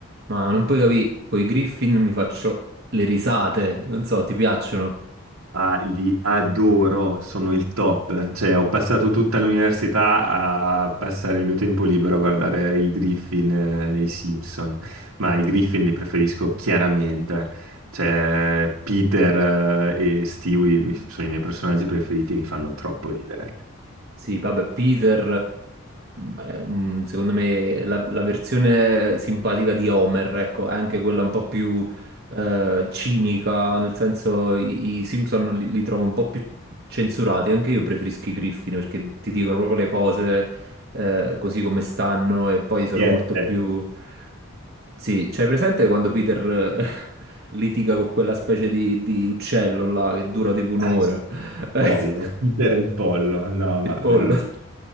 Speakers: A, on the right; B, on the right.
A: Ma non puoi capire, coi Griffin mi faccio le risate, non so, ti piacciono?
B: Ah, li adoro, sono il top. Cioè, ho passato tutta l'università a passare il mio tempo libero a guardare i Griffin e i Simpson, ma i Griffin li preferisco chiaramente. Cioè, Peter eh, e Stewie mi- sono i miei personaggi preferiti, mi fanno troppo ridere.
A: Sì, vabbè, Peter, eh, è un- secondo me la, la versione simpatica di Homer, ecco, è anche quella un po' più eh, cinica, nel senso i, i Simpson li, li trovo un po' più censurati, anche io preferisco i Griffin perché ti dicono proprio le cose eh, così come stanno e poi sono
B: Siete.
A: molto più... Sì, c'hai presente quando Peter eh, <laughs> litiga con quella specie di, di uccello là che dura tipo un'ora?
B: Eh, sì,
A: <laughs>
B: il pollo, Peter e il pollo, no, ma
A: Il pollo.
B: veramente.